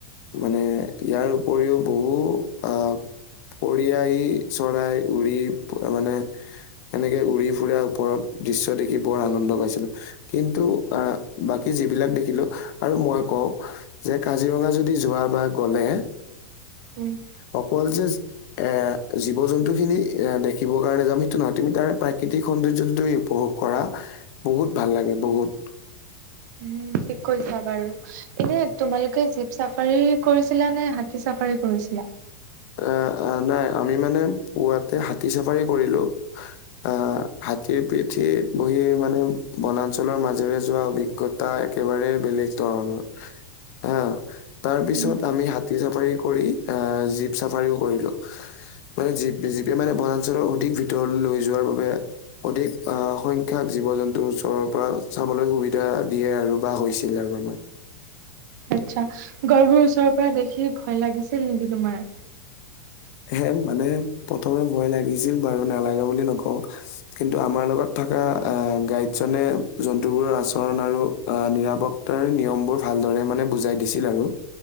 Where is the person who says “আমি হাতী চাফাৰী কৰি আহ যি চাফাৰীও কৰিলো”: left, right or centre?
Left